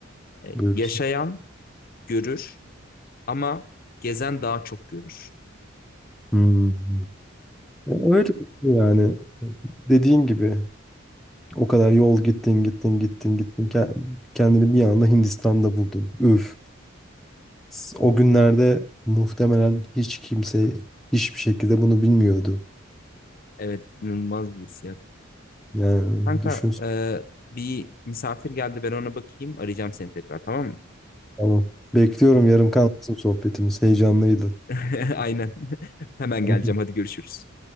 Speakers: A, on the left; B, in the centre.
A: Ee,
B: buyursun.
A: yaşayan görür ama gezen daha çok görür.
B: Hmm. E, Öyle yani dediğin gibi. O kadar yol gittin gittin gittin gittin. Ke- Kendini bir anda Hindistan'da buldun. Üf. S- O günlerde muhtemelen hiç kimse hiçbir şekilde bunu bilmiyordu.
A: Evet, inanılmaz bir his
B: Yani
A: Kanka
B: düşün.
A: e, bir misafir geldi ben ona bakayım arayacağım seni tekrar tamam mı?
B: Tamam. Bekliyorum
A: Tamam.
B: yarım kalmasın sohbetimiz. Heyecanlıydı. <laughs>
A: <laughs> Aynen. <laughs> Hemen
B: Tamam.
A: geleceğim hadi görüşürüz.